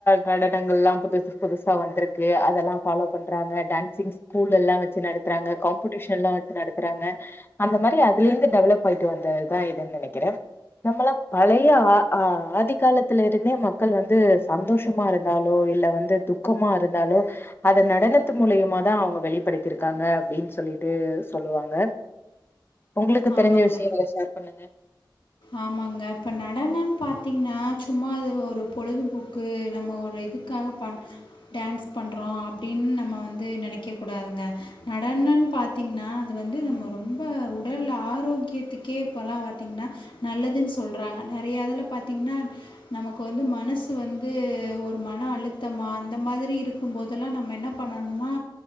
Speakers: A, on the left; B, on the left.
A: நடனங்கள் எலா புதுசு புதுசா வந்துருக்கு அதெல்லா ஃபாலோ பண்றாங்க டான்சிங்ஸ் ஸ்கூல் எல்லா வச்சு நடத்துறாங்க காம்பிடிஷன் எல்லா வச்சு நடத்துறாங்க அந்த மாரி அதுல இருந்து டெவலப் ஆயிட்டு வந்ததுதா இதுன்னு நெனக்குறே நம்மல்லா பழைய ஆதி காலத்ல இருந்தே மக்கள் வந்து சந்தோஷமா இருந்தாலோ இல்ல வந்து துக்கமா இருந்தாலோ அத நடனத்து மூலியமா தா அவுங்க வெளிப்படுத்தி இருக்காங்க அப்டின்னு சொல்லிட்டு சொல்லுவாங்க ஒங்களுக்கு
B: ஆமாங்க
A: தெரிஞ்ச விஷயங்கள ஷேர் பண்ணுங்க
B: ஆமாங்க இப்ப நடனன் பாத்தீங்கன்னா சும்மா அது ஒரு பொழுதுபோக்கு நம்ம ஒரு இதுக்காக பண் டான்ஸ் பண்றோம் அப்டின் நம்ம வந்து நெனைக்க கூடாதுங்க நடனன்னு பாத்தீங்கன்னா அது வந்து நம்ம ரொம்ப உடல் ஆரோக்கியத்துக்கே இப்பல்லா பாத்தீங்கன்னா நல்லதுன்னு சொல்றாங்க நெறையா இதுல பாத்திங்னா நமக்கு வந்து மனசு வந்து ஒரு மன அழுத்தமா அந்த மாரி இருக்கும் போதுல்லா நம்ம என்ன பண்ணணுமா